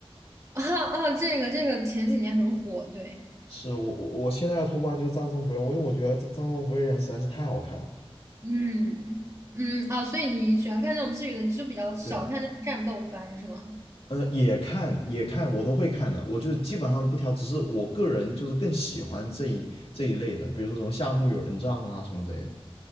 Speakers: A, on the right (about 30°); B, on the left (about 70°).
A: <laughs> 啊啊，这个这个前几年很火，对。
B: 是我我我现在的 top one 就是《葬送芙莉莲》，我因为我觉得《葬葬送芙莉莲》实在是太好看了。
A: 嗯嗯哦，所以你喜欢看这种治愈的，你就比较少看这种战斗番是吗？
B: 对，呃，也看也看，我都会看的，我就是基本上都不挑，只是我个人就是更喜欢这一这一类的，比如说什么夏目友人帐啊什么之类的。